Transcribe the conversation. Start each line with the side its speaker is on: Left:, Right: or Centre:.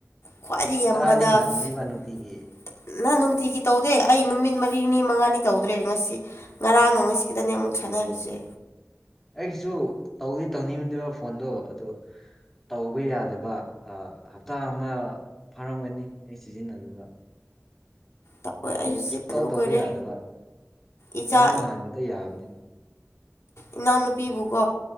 Left: ꯈ꯭ꯋꯥꯏꯗꯒꯤ ꯌꯥꯝꯕꯗ
Centre: ꯇꯔꯥꯗꯤ ꯍꯦꯜꯂꯝꯒꯅꯤꯕ
Left: ꯐꯤꯐ
Centre: ꯅꯨꯡꯇꯤꯒꯤ
Left: ꯇꯠ ꯅ ꯅꯨꯡꯇꯤꯒꯤ ꯇꯧꯗꯦ ꯑꯩ ꯅꯨꯃꯤꯠ ꯃꯔꯤꯅꯤ ꯃꯉꯥꯅꯤ ꯇꯧꯗ꯭ꯔꯦ ꯉꯁꯤ ꯉꯔꯥꯡꯒ
Centre: ꯎꯝ
Left: ꯉꯁꯤ ꯈꯤꯇꯅꯦ ꯑꯃꯨꯛ ꯁꯥꯟꯅꯔꯤꯁꯦ
Centre: ꯑꯩꯒꯤꯁꯨ ꯇꯧꯗꯤ ꯇꯧꯅꯤꯡꯗꯦꯕ ꯐꯣꯟꯗꯣ ꯑꯗꯣ ꯇꯧꯕ ꯌꯥꯗꯕ ꯑ ꯍꯞꯇꯥ ꯑꯃ ꯐꯥꯔꯝꯒꯅꯤ ꯑꯩ ꯁꯤꯖꯤꯟꯅꯗꯕ
Left: ꯇꯧꯋꯦ
Centre: ꯀꯣꯜ
Left: ꯑꯩꯁꯨ ꯆꯤꯟꯅꯗꯕ
Centre: ꯁꯨꯛꯇꯧ ꯇꯧꯕ
Left: ꯀꯨꯏꯔꯦ
Centre: ꯌꯥꯗꯕ
Left: ꯏꯆꯥ
Centre: ꯉꯔꯥꯡ ꯅꯍꯥꯟ ꯈꯛꯇ ꯌꯥꯕꯅꯤ
Left: ꯏꯅꯥꯎꯅꯨꯄꯤꯕꯨꯀꯣ